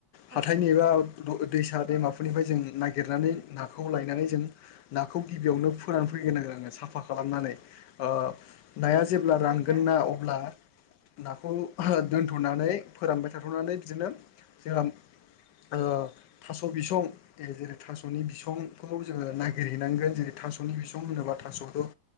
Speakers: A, on the right; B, on the left.
A: औ
B: हाथायनि
A: नंगौ नोंथां औ नोंथां औ
B: एबा दैसा दैमाफोरनिफ्राय जों ना। नागिरनानै नाखौ लायनानै जों नाखौ गिबियावनो फोरानै फैगोन आरो आङो साफा खालामनानै। ओ नाया जेब्ला
A: नंगौ
B: रानगोन
A: नोंथां
B: ना अब्ला नाखौ
A: औ औ
B: दोनथ'नानै। फोरानबाय थाथ'नानै बिदिनो जोंहा। ओ थास' बिसं जेरै थास'नि बिसंखौ जोङो नागिरहैनांगोन जेरै- थास'नि बिसं होनोबा थास'आथ'